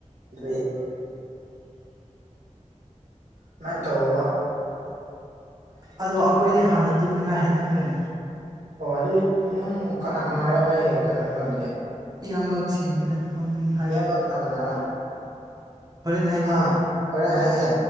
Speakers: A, on the right; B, on the right.
A: ꯑꯗꯨꯏ ꯑꯗꯨꯃꯥꯢ ꯇꯧꯑꯣꯕ
B: ꯑꯗꯣ ꯑꯩꯈꯣꯏꯗꯤ ꯍꯥꯟꯅ ꯇꯨꯝꯅꯤꯡꯉꯥꯏ ꯍꯥꯏꯅꯈ꯭ꯔꯦ
A: ꯑꯣ ꯑꯗꯨꯗꯤ ꯅꯅꯨꯡ ꯀꯅꯥ ꯀꯅꯥꯔꯣ ꯅꯣꯏ ꯀꯩꯅꯣꯅꯣꯁꯦ
B: ꯏꯌꯥꯝꯕꯁꯤꯡꯅꯤꯗ ꯃꯃꯤꯡ ꯍꯥꯏꯕꯩ
A: ꯏꯌꯥꯝꯕ ꯀꯅꯥ ꯀꯅꯥꯔ
B: ꯍꯣꯔꯦꯟ ꯍꯥꯏꯒꯦ
A: ꯑꯥ ꯍꯣꯔꯦꯟ ꯍꯥꯏꯒꯦ